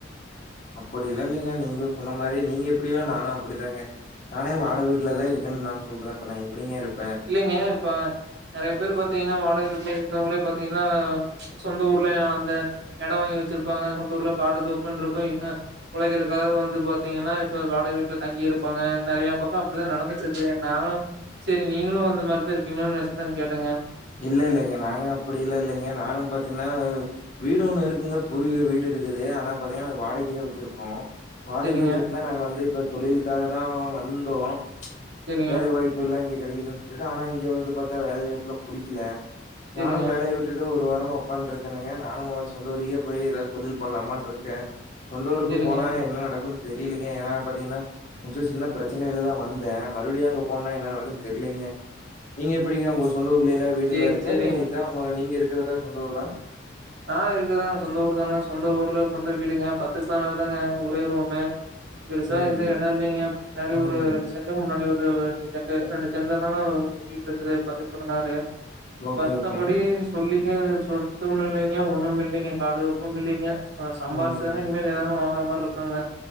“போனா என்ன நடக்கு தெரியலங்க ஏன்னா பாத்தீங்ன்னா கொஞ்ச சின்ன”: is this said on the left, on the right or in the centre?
Left